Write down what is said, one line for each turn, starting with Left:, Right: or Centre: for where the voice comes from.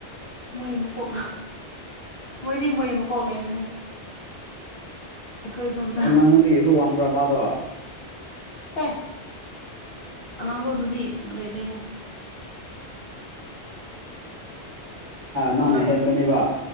Left: ꯃꯣꯏ ꯃꯀꯣꯛ ꯃꯣꯏꯗꯤ ꯃꯣꯏ ꯃꯀꯣꯛ ꯂꯩꯕꯅꯦ ꯑꯩꯈꯣꯏꯒꯨꯝꯅ
Right: ꯑꯣ ꯅꯪꯉꯣꯟꯗꯒꯤ ꯑꯗꯨ ꯋꯥꯡꯕ꯭ꯔꯥ ꯃꯥꯗꯣ
Left: ꯑꯦ ꯑꯉꯥꯡꯁꯨ ꯑꯗꯨꯗꯤ ꯂꯩꯔꯦꯍꯦ
Right: ꯅꯪꯅ
Left: ꯅꯪ
Right: ꯍꯦꯟꯕꯅꯤꯕ